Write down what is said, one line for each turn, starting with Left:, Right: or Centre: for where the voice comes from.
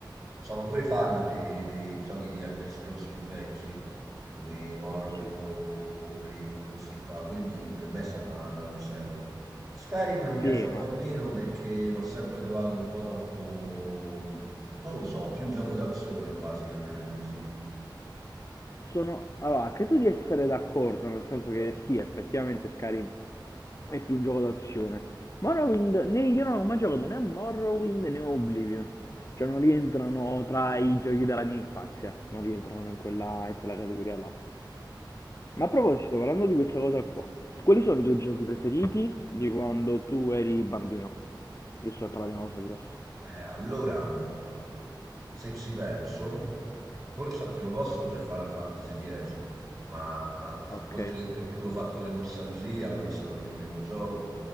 Right: sono pure fan dei, dei giochi di Elder Scrolls più vecchi, come Morrowind
Left: Sì.
Right: o Oblivion o questi qua, quindi per me è stata una manna dal cielo. Skyrim mi piace
Left: Sì,
Right: un
Left: ma
Right: po' meno perché l'ho sempre trovato un po' troppo, non lo so, più un gioco d'azione quasi che un RPG.
Left: sono... Allora, credo di essere d'accordo, nel senso che sì, effettivamente Skyrim è più un gioco d'azione. Morrowind, né, io non ho mai giocato né a Morrowind né a Oblivion. Cioè non rientrano tra i giochi della mia infanzia, non rientrano in quella, in quella categoria là. Ma a proposito, parlando di questa cosa qua, quali sono i tuoi giochi preferiti di quando tu eri bambino? Giusto per parlare di una cosa diversa.
Right: Eh, allora, se ci penso, forse al primo posto c'è Final Fantasy X, ma
Left: Ok,
Right: oltre che per puro fattore nostalgia, quello è stato il mio primo gioco,